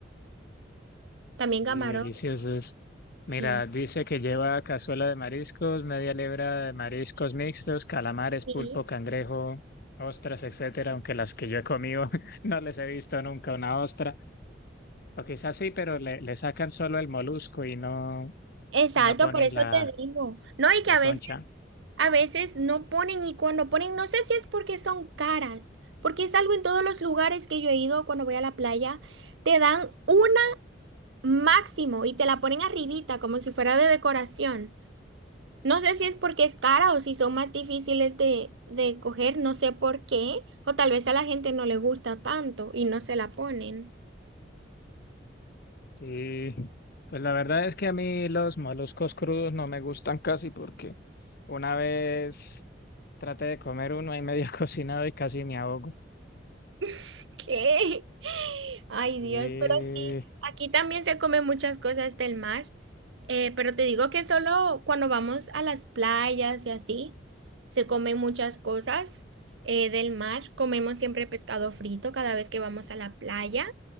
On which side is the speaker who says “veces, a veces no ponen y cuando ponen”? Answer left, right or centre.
Right